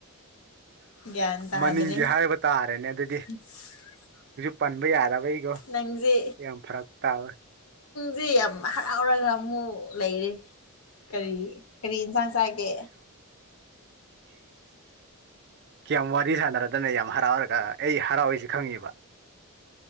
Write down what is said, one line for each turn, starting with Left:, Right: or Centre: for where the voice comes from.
Left: ꯒ꯭ꯌꯥꯟ ꯇꯥꯗ꯭ꯔꯦ
Right: ꯃꯅꯤꯡꯒꯤ ꯍꯥꯏꯕ ꯇꯥꯔꯦꯅꯦ ꯑꯗꯨ
Left: <inaudible>
Right: ꯄꯟꯕ ꯌꯥꯗꯕꯩꯒꯣ
Left: ꯅꯪꯁꯦ
Right: ꯌꯥꯝ ꯌꯥꯝ ꯐꯔꯛ ꯇꯥꯋꯦ
Left: ꯁꯤ ꯌꯥꯝ ꯍꯔꯥꯎꯔꯒ ꯑꯃꯨꯛ ꯂꯩꯔꯦ ꯀꯔꯤ ꯀꯔꯤ ꯌꯦꯟꯁꯥꯡ ꯆꯒꯦ
Right: ꯀꯌꯥꯝ ꯋꯥꯔꯤ ꯁꯥꯟꯅꯔꯗꯅ ꯌꯥꯝ ꯍꯔꯥꯎꯔꯒ ꯑꯩ ꯍꯔꯥꯎꯏꯁꯤ ꯈꯪꯉꯤꯕ